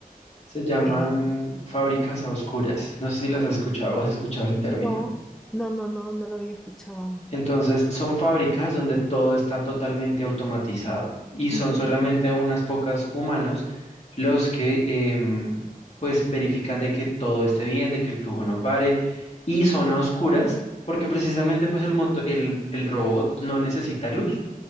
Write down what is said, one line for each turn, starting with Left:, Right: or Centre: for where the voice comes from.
Left: se llaman
Centre: Eh,
Left: fábricas a oscuras. No sé si las has escuchado o has escuchado ese
Centre: no,
Left: término.
Centre: no, no, no, no lo había escuchado.
Left: Entonces, son fábricas donde todo está totalmente automatizado y son
Centre: Ujú.
Left: solamente unas pocas humanos los que em, pues verifican de que todo esté bien, de que el flujo no pare y son a oscuras porque precisamente pues el, moto- el, el robot no necesita luz.